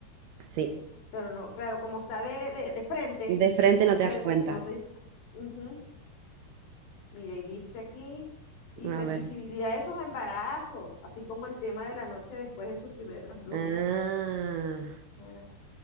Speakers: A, on the right; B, on the left.
A: Sí.
B: Pero no, claro, como está de, de, de frente,
A: De frente
B: no
A: no te
B: sé,
A: das cuenta.
B: no sé. ujú, Mire, y dice aquí, hipervisibilidad
A: A ver.
B: de sus embarazos, así como el tema de la noche después de sus primeros looks.
A: Ah,
B: Mira,